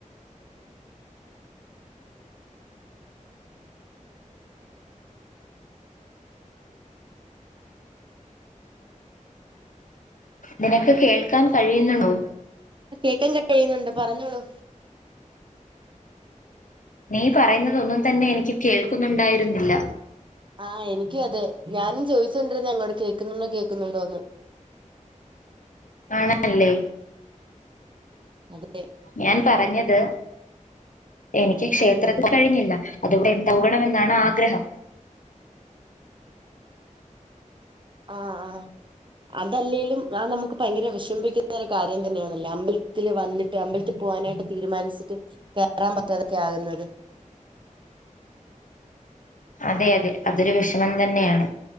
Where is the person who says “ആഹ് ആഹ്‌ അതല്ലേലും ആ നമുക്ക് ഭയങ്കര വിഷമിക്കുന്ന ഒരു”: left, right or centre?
Right